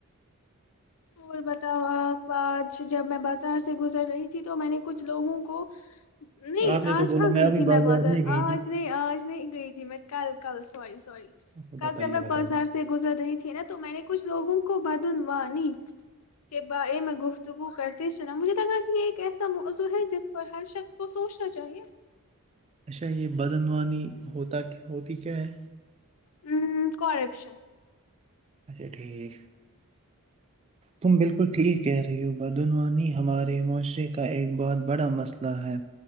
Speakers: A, on the left; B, on the right.
A: اور بتاؤ آپ آج جب میں بازار سے گزر رہی تھی تو میں نے کچھ لوگوں کو نہیں
B: آپ نے
A: آج
B: تو
A: کہاں
B: بولا
A: گئی
B: ابھی
A: تھی میں بازار
B: نہیں گئی
A: آج
B: تھی
A: نہیں آج نہیں گئی تھی میں کل کل سوائ سوری
B: اچھا بتائیے
A: کل جب میں
B: بتائیے
A: بازار سے گزر رہی تھی نا تو میں نے کچ لوگوں کو بدعنوانی کے بارے میں گفتگو کرتے سنا مجھے لگا کہ یہ ایک ایسا موضوع ہے جس پر ہر شخص کو سوچنا چاہیے
B: اچھا یہ بدعنوانی ہوتا ہوتی کیا ہے
A: ہ کرپشن
B: اچھا ٹھیک تم بالکل ٹھیک کہہ رہی ہو بدعنوانی ہمارے معاشرے کا ایک بہت بڑا مسئلہ ہے